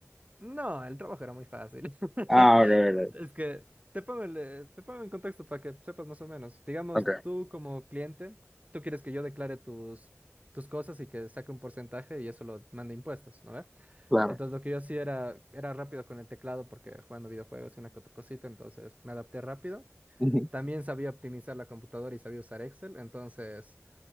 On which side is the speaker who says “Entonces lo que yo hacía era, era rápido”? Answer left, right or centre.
Right